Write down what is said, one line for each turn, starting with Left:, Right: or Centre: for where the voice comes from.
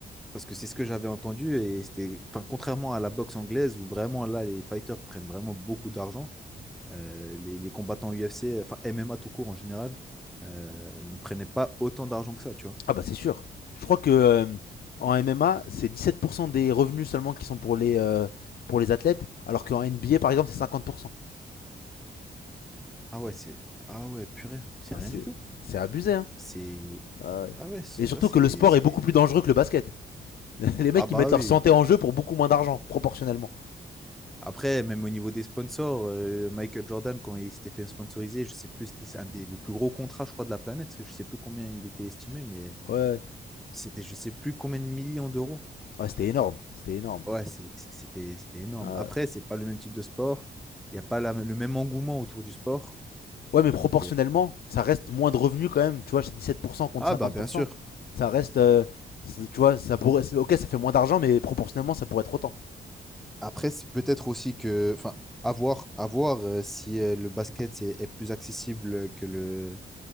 Centre: Parce que c'est ce que j'avais entendu et c'était, enfin, contrairement à la boxe anglaise où vraiment là, les fighters prennent vraiment beaucoup d'argent, euh, les, les combattants UFC, enfin MMA tout court en général, euh, ne prenaient pas autant d'argent que ça, tu vois.
Left: Ah bah, c'est sûr. Je crois que euh, en MMA, c'est 17% des revenus seulement qui sont pour les, euh, pour les athlètes, alors qu'en NBA, par exemple, c'est 50%.
Centre: Ah ouais, c'est, ah ouais, purée, c'est
Left: Ah,
Centre: rien
Left: c'est
Centre: du tout.
Left: c'est abusé, hein.
Centre: C'est,
Left: Euh,
Centre: Ah ouais, c'est-
Left: et surtout
Centre: tu vois, c'est,
Left: que le sport
Centre: c'est...
Left: est beaucoup plus dangereux que le basket. <laughs> les mecs,
Centre: Ah bah
Left: ils mettent
Centre: oui.
Left: leur santé en jeu pour beaucoup moins d'argent, proportionnellement.
Centre: Après, même au niveau des sponsors, euh, Michael Jordan, quand il s'était fait sponsoriser, je sais plus, c'était c'est un des le plus gros contrat, je crois, de la planète. Je sais plus combien il était estimé, mais
Left: Ouais, ouais.
Centre: c'était je sais plus combien de millions d'euros.
Left: Ouais, c'était énorme, c'était énorme.
Centre: Ouais, c'est- c'était c'était énorme.
Left: Euh,
Centre: Après, c'est pas le même type de sport. Il n'y a pas la- le même engouement autour du sport.
Left: Ouais, mais proportionnellement,
Centre: Donc, euh,
Left: ça reste moins de revenus quand même. Tu vois, c'est 17% contre
Centre: Ah
Left: 50%.
Centre: bah bien sûr.
Left: Ça reste. euh, ça- tu vois, ça pourrait. Ok, ça fait moins d'argent, mais proportionnellement, ça pourrait être autant.
Centre: Après, c'est peut-être aussi que, enfin, à voir, à voir euh, si euh, le basket c'est- est plus accessible que le